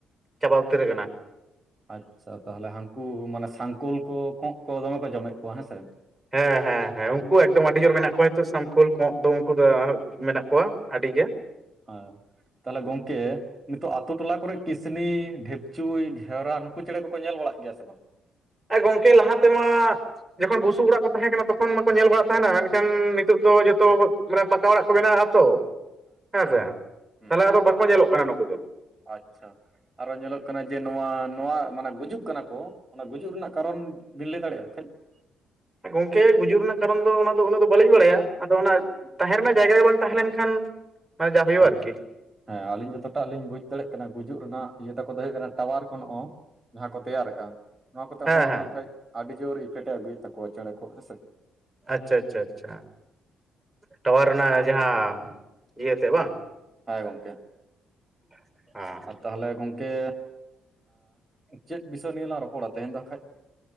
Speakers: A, in the centre; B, on the right (about 15°).
A: ᱪᱟᱵᱟ ᱩᱛᱟᱹᱨ ᱟᱠᱟᱱᱟ᱾
B: ᱟᱪᱪᱷᱟ ᱛᱟᱦᱚᱞᱮ ᱦᱟᱹᱠᱩ ᱢᱟᱱᱮ ᱥᱟᱝᱠᱞ ᱠᱚ ᱠᱚᱸᱜ ᱠᱚ ᱫᱚᱢᱮ ᱠᱚ ᱡᱚᱢᱮᱫ ᱠᱚᱣᱟ ᱦᱮᱸᱥᱮ?
A: ᱦᱮᱸ ᱦᱮᱸ ᱦᱮᱸ ᱩᱱᱠᱩ ᱮᱠᱫᱚᱢ ᱟᱹᱰᱤ ᱡᱳᱨ ᱢᱮᱱᱟᱜ ᱠᱚᱣᱟ ᱥᱟᱢᱠᱳᱞ ᱠᱚᱸᱜ ᱫᱚ ᱩᱱᱠᱩ ᱫᱚ ᱢᱮᱱᱟᱜ ᱠᱚᱣᱟ ᱟᱹᱰᱤ ᱜᱮ᱾
B: ᱦᱮᱸ ᱛᱟᱦᱚᱞᱮ ᱜᱚᱝᱠᱮ ᱱᱤᱛᱚᱜ ᱟᱛᱳ ᱴᱚᱞᱟ ᱠᱚᱨᱮ ᱠᱤᱥᱱᱤ, ᱰᱷᱤᱯᱪᱩᱭ, ᱜᱷᱮᱣᱨᱟ ᱱᱩᱠᱩ ᱪᱮᱬᱮ ᱠᱚᱠᱚ ᱧᱮᱞ ᱵᱟᱲᱟᱜ ᱜᱮᱭᱟ ᱥᱮ ᱵᱟᱝ?
A: ᱜᱚᱢᱠᱮ ᱞᱟᱦᱟ ᱛᱮᱢᱟ ᱡᱚᱠᱷᱚᱱ ᱵᱩᱥᱩᱵ ᱚᱲᱟᱜ ᱠᱚ ᱛᱟᱦᱮᱸ ᱠᱟᱱᱟ ᱛᱚᱠᱷᱚᱱ ᱢᱟᱠᱚ ᱧᱮᱞ ᱵᱟᱲᱟᱜ ᱛᱟᱦᱮᱱᱟ᱾ ᱢᱮᱱᱠᱷᱟᱱ ᱱᱤᱛᱚᱜ ᱫᱚ ᱡᱚᱛᱚ ᱢᱟᱱᱮ ᱯᱟᱠᱟ ᱚᱲᱟᱜ ᱠᱚ ᱵᱮᱱᱟᱜ ᱟᱛᱚ ᱦᱮᱸ ᱥᱮ
B: ᱦᱩᱸ
A: ᱛᱟᱦᱚᱞᱮ ᱟᱫᱚ ᱵᱟᱠᱚ ᱧᱮᱞᱚᱜ ᱠᱟᱱᱟ ᱱᱩᱠᱩ ᱫᱚ᱾
B: ᱟᱪᱪᱷᱟ ᱟᱨᱚ ᱧᱮᱞᱚᱜ ᱠᱟᱱᱟ ᱡᱮ ᱱᱚᱣᱟ ᱱᱚᱣᱟ ᱢᱟᱱᱮ ᱜᱩᱡᱩᱜ ᱠᱟᱱᱟ ᱠᱚ᱾ ᱚᱱᱟ ᱜᱩᱡᱩᱜ ᱨᱮᱱᱟᱜ ᱠᱟᱨᱚᱱ ᱵᱤᱱ ᱞᱟᱹᱭ ᱫᱟᱲᱮᱭᱟᱜᱼᱟ ᱠᱷᱡ <unintelligible>
A: ᱜᱚᱝᱠᱮ ᱜᱩᱡᱩᱜ ᱨᱮᱱᱟᱜ ᱠᱟᱨᱚᱱ ᱫᱚ ᱚᱱᱟ ᱫᱚ ᱩᱱᱟᱹᱜ ᱫᱚ ᱵᱟᱹᱞᱤᱧ ᱵᱟᱲᱟᱭᱟ᱾ ᱟᱫᱚ ᱚᱱᱟ ᱛᱟᱦᱮᱸ ᱨᱮᱱᱟᱜ ᱡᱟᱭᱜᱟ ᱜᱮ ᱵᱟᱝ ᱛᱟᱦᱮᱸ ᱞᱮᱱᱠᱷᱟᱱ ᱡᱟ ᱦᱳᱭᱳᱜᱼᱟ
B: ᱦᱮᱸ
A: ᱟᱨᱠᱤ᱾
B: ᱦᱮᱸ ᱟᱹᱞᱤᱧ ᱡᱚᱛᱚᱴᱟᱜ ᱞᱤᱧ ᱵᱩᱡ ᱫᱟᱲᱮᱭᱟᱜ ᱠᱟᱱᱟ ᱜᱩᱡᱩᱜ ᱨᱮᱱᱟᱜ ᱤᱭᱟᱹ ᱛᱟᱠᱚ ᱫᱚ ᱦᱩᱭᱩᱜ ᱠᱟᱱᱟ ᱴᱟᱣᱟᱨ ᱠᱚᱼ ᱱᱚᱜ ᱚ᱾ ᱡᱟᱦᱟᱸ ᱠᱚ ᱛᱮᱭᱟᱨᱮᱫᱼᱟ ᱱᱚᱣᱟ ᱠᱚᱛᱮ
A: ᱦᱮᱸ
B: ᱦᱚᱸ
A: ᱦᱮᱸ
B: ᱠᱷᱟᱡ ᱟᱹᱰᱤ ᱡᱳᱨ ᱤᱯᱷᱮᱠᱴ ᱮ ᱟᱹᱜᱩᱭᱮᱫ ᱛᱟᱠᱚᱣᱟ ᱪᱮᱬᱮ ᱠᱚᱣᱟ ᱦᱮᱸᱥᱮ᱾
A: ᱟᱪᱪᱷᱟ ᱟᱪᱪᱷᱟ ᱟᱪᱪᱷᱟ, ᱴᱟᱣᱟᱨ ᱨᱮᱱᱟᱜ ᱡᱟᱦᱟᱸ ᱤᱭᱟᱹ ᱛᱮ ᱵᱟᱝ?
B: ᱦᱮᱸ ᱜᱚᱢᱠᱮ
A: <unintelligible>
B: ᱛᱟᱦᱚᱞᱮ ᱜᱚᱝᱠᱮ ᱪᱮᱫ ᱵᱤᱥᱚᱭ ᱱᱤᱭᱮ ᱞᱟᱝ ᱨᱚᱯᱚᱲᱟ ᱛᱮᱦᱮᱧ ᱫᱚ ᱠᱷᱟᱡ?